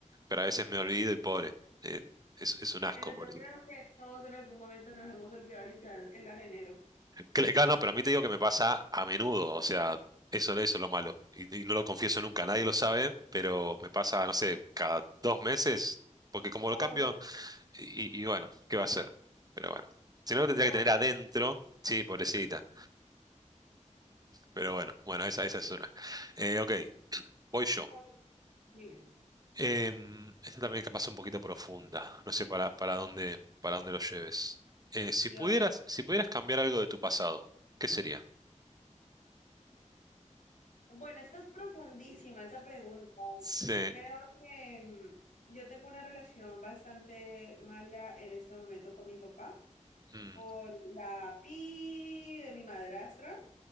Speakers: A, on the right; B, on the left.
A: pero a veces me olvido y pobre. eh, es, es un asco,
B: pero yo
A: pobre.
B: creo que todos en algún momento nos hemos olvidado limpiar el arenero.
A: Que le- claro, no, pero a mí te digo que me pasa a menudo, o sea, eso, eso es lo malo. Y, y no lo confieso nunca, nadie lo sabe, pero me pasa, no sé, cada dos meses, porque como
B: Pobre,
A: lo cambio, y, y- bueno, ¿qué va a hacer? Pero bueno, si no lo tendría
B: pobre,
A: que tener adentro, sí, pobrecita, pero bueno, bueno, esa, esa es una. Eh, ok, voy yo.
B: pobre. Dime,
A: Em, esta también capaz un poquito profunda, no sé para, para dónde, para dónde lo lleves. Eh, si
B: Dios.
A: pudieras, si pudieras cambiar algo de tu pasado, ¿qué sería?
B: Bueno, esta es profundísima, esa pregunta.
A: Sí.
B: Creo que mm, yo tengo una relación bastante mala en este momento con mi papá
A: mm.
B: por la pi de mi madrastra.